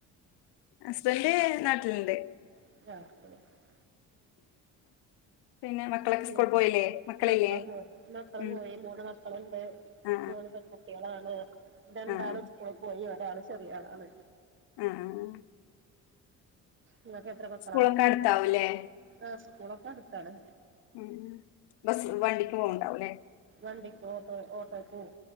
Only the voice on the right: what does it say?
<unintelligible>
<unintelligible>
മക്കളും പോ മക്കളും
പോയി മൂന്ന് മക്കള്ണ്ട്
മൂന്ന് പെങ്കു ട്ട്യേളാണ് രണ്ടാള്
സ്കൂള് പോയി ഒരാള് ചെറിയാളാണ്.
ഇങ്ങക്കെത്ര മക്കളാ?
ആഹ് സ്കൂളൊക്കെ എടുത്താണ്.
വണ്ടിക്ക് ഓട്ടോ ഓട്ടോക്ക് പോവും.